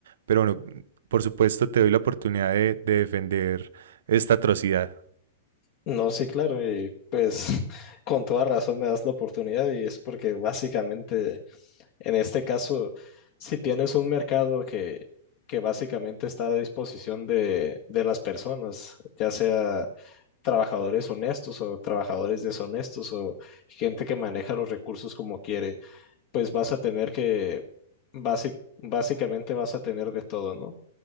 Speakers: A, on the right; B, on the left.
A: Pero bueno, por supuesto te doy la oportunidad de de defender esta atrocidad.
B: No, sí, claro, y pues <laughs> con toda razón me das la oportunidad y es porque básicamente en este caso, si tienes un mercado que, que básicamente está a disposición de, de las personas, ya sea trabajadores honestos o trabajadores deshonestos o gente que maneja los recursos como quiere, pues vas a tener que, basic- básicamente vas a tener de todo, ¿no?